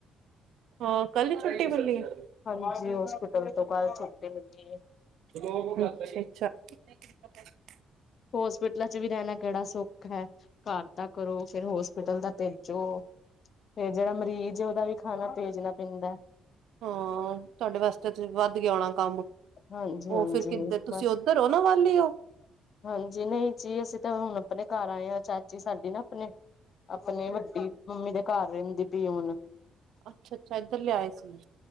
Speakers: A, on the right (about 75°); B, on the left (about 45°).
A: ਹਾਂ। ਕੱਲ ਛੁੱਟੀ ਮਲੀ ਹੈ।
B: ਹਾਂਜੀ ਹੋਸਪੀਟਲ ਤੋਂ ਕੱਲ ਛੁੱਟੀ ਮਿਲੀ ਏ।
A: ਅੱਛਾ
B: ਹੋਸਪਿਟਲਾਂ 'ਚ ਵੀ ਰਹਿਣਾ ਕਿਹੜਾ ਸੋਖਾ ਹੈ। ਘਰ ਦਾ ਕਰੋ ਫੇਰ, ਹੋਸਪਿਟਲ ਦਾ ਭੇਜੋ। ਤੇ ਜਿਹੜਾ ਮਰੀਜ਼ ਉਹਦਾ ਵੀ ਖਾਣਾ ਭੇਜਣਾ ਪੈਂਦਾ
A: ਹਾਂ, ਤੁਹਾਡੇ ਵਾਸਤੇ ਤੇ ਵੱਧ ਗਿਆ ਹੋਣਾ ਕੰਮ?
B: ਹਾਂਜੀ-ਹਾਂਜੀ
A: ਉਹ ਫਿਰ ਕਿੱਧਰ ਤੁਸੀਂ
B: ਬ
A: ਉੱਧਰ ਉਹਨਾ ਵਲ ਹੋ।
B: ਹਾਂਜੀ ਨਹੀਂ ਜੀ ਅਸੀਂ ਤਾਂ ਹੁਣ ਆਪਣੇ ਘਰ ਆਏ ਹਾਂ ਚਾਚੀ ਸਾਡੀ ਨਾ ਆਪਣੇ ਆਪਨੇ ਵੱਡੀ ਮੰਮੀ ਦੇ ਘਰ ਰਹਿੰਦੀ ਪੀਏ ਹੁਨ।
A: ਅੱਛਾ ਅੱਛਾ ਇੱਧਰ ਲਿਆਏ ਸੀ